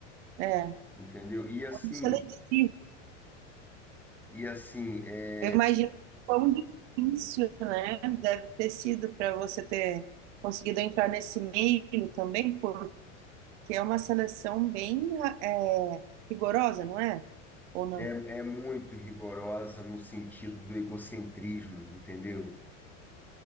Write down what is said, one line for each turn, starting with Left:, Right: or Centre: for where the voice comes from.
Right: É,
Centre: Entendeu? E assim,
Right: muito seletivo.
Centre: e assim, é,
Right: Eu imagino quão difícil, né? Deve ter sido para você ter conseguido entrar nesse meio também, porque é uma seleção bem é, rigorosa, não é? Ou não?
Centre: é, é muito rigorosa no sentido do egocentrismo, entendeu?